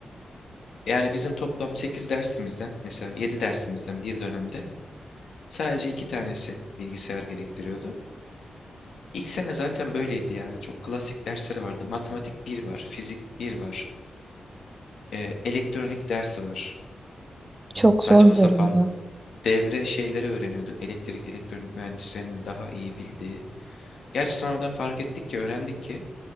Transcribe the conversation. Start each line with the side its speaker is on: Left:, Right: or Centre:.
Left: Yani bizim toplam 8 dersimizden mesela 7 dersimizden bir dönemde sadece 2 tanesi bilgisayar gerektiriyordu. İlk sene zaten böyleydi ya. Çok klasik dersleri vardı. Matematik bir var, fizik bir var, e, elektronik dersi var.
Right: Çok
Left: saçma
Right: zor görünüyor.
Left: sapan devre şeyleri öğreniyorduk. Elektrik, elektronik mühendislerinin daha iyi bildiği. Gerçi sonradan fark ettik ki, öğrendik ki